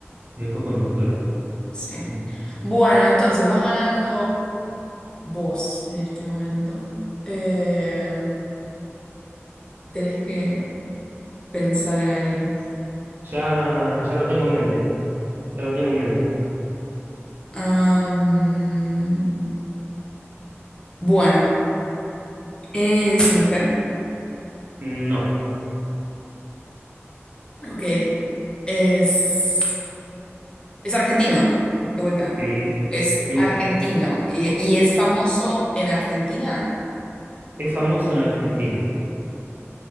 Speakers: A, on the right; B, on the left.
A: Y después conductora.
B: Sí.
A: Mm.
B: Bueno, entonces vas ganando vos en este momento. Eh, tenés que pensar en alguien.
A: Ya, ya lo tengo en mente. Ya lo tengo en mente.
B: Am, bueno, es mujer.
A: No.
B: Ok. Es, es argentino, de vuelta.
A: Sí,
B: Es
A: sí,
B: argentino
A: sí.
B: y, y es famoso en Argentina.
A: ¿Es famoso en Argentina?